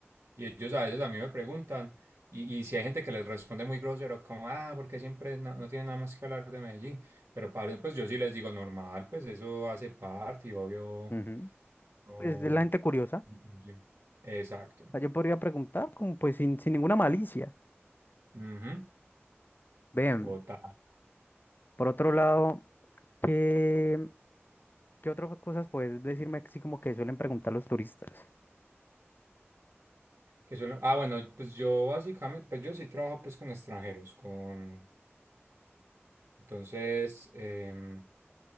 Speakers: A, on the right; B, on the left.
A: y ellos a veces a mí me preguntan, y, y si hay gente que les responde muy grosero, como, ah, porque siempre no, no tiene nada más que hablar de Medellín, pero para ellos, pues yo sí les digo normal, pues eso hace parte, y obvio,
B: ujú.
A: no-
B: Pues es la gente curiosa. O
A: sí. Exacto,
B: sea, yo podría preguntar, como pues sin, sin ninguna malicia.
A: Ujú,
B: Ven,
A: Total.
B: por otro lado, ¿qué, qué otras cosas puedes decirme así como que suelen preguntar los turistas?
A: Que suelen ah, bueno, pues yo básicamente, pues yo sí trabajo pues con extranjeros, con Entonces, em,